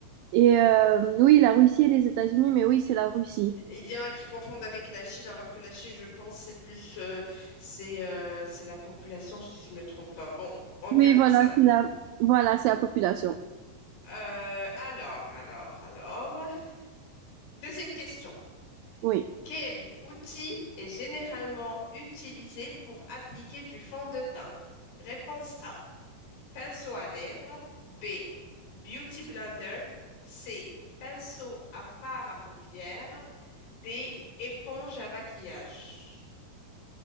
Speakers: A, on the right (about 85°); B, on the left (about 85°).
A: et euh, oui, la Russie et les États-Unis, mais oui, c'est la Russie.
B: Il y en a qui confondent avec la Chine, alors que la Chine, je pense, c'est plus, euh, c'est, euh, c'est la population, si je ne me trompe pas. Bon, on
A: Oui,
B: garde
A: voilà,
B: ça.
A: c'est la, voilà, c'est la population.
B: Euh, alors, alors, alors. Deuxième question.
A: Oui.
B: Quel outil est généralement utilisé pour appliquer du fond de teint? Réponse A, pinceau à lèvres. B, beauty blender. C, pinceau à fard à paupières. D, éponge à maquillage.